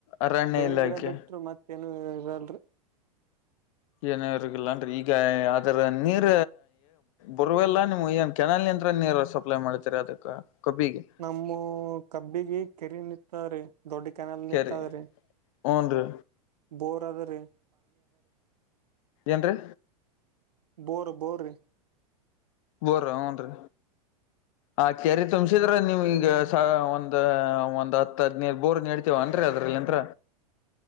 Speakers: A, on the left; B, on the right.
A: ಅರಣ್ಯ
B: ಬೇವಿನ
A: ಇಲಾಖೆ
B: ಕಡೆ ಬಿಟ್ರ ಮತ್ತೇಏನು ಇರಲ್ರಿ.
A: ಏನಗಿಲ್ಲ ಅನ್ರಿ ಈಗ ಅದರ ನೀರ. ಬರುವವೆೆಲ್ಲ ನಿಮ್ ಏನ್ ಕೆನಾಲ್ ನಂತ್ರ ನೀರು ಸಪ್ಲೈ ಮಾಡ್ತರಿ ಅದಕ್ಕೆ ಕಬ್ಬಿಗೆ.
B: ನಮ್ಮ ಕಬ್ಬಿಗೆ ಕೆರೆ ನಿಂತದ್ರೆ ದೊಡ್ಡ ಕೆನಲ್ ನಿಂತದ್ರೀ.
A: ಕೆರಿ ಹುನ್ರಿ.
B: ಬೋರ್ ಅದಾರೀ.
A: ಏನ್ರೀ
B: ಬೋರ ಬೋರ್ರೀ
A: ಬೋರ್ ಹುನ್ರಿ. ಹ ಕೆರಿ ತುಂಬಸಿದ್ರ ನಿಮ್ಮಗೀಗ ಒಂದು ಒಂದ್ ಹತ್ತು. ಬೋರ್ ನಡಡ್ತೀವ ಅಂದ್ರಲ್ಲಿ ಅಂದ್ರ.